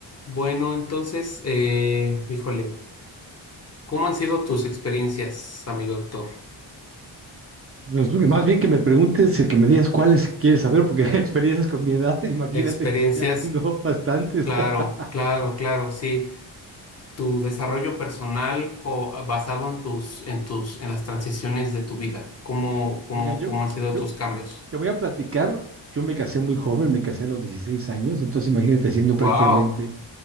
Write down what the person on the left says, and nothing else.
Bueno, entonces, eh, híjole, ¿cómo han sido tus experiencias, amigo doctor?
Experiencias,
claro,
claro, claro, sí. Tu desarrollo personal co- basado en tus, en tus, en las transiciones de tu vida. ¿Cómo, cómo,
cómo han sido
tus cambios?
Wow,